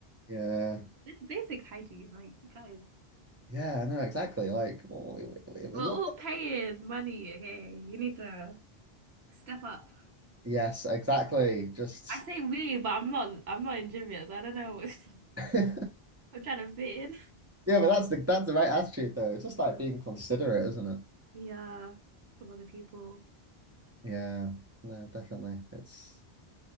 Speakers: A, on the right (about 20°); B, on the right (about 70°).
A: yeah.
B: It's basic hygiene. Like, guys,
A: Yeah, no, exactly. Like, well, it, it
B: we're
A: it looked,
B: all
A: like,
B: paying money. Okay, you need to step up.
A: yes, exactly. Just,
B: I say we, but I'm not. I'm not in gym yet, so I don't know. What's, <laughs>
A: <laughs> yeah,
B: I'm trying to fit in.
A: but that's the that's the right attitude though. It's just like being considerate, isn't it?
B: Yeah, with other people.
A: Yeah, no, definitely. It's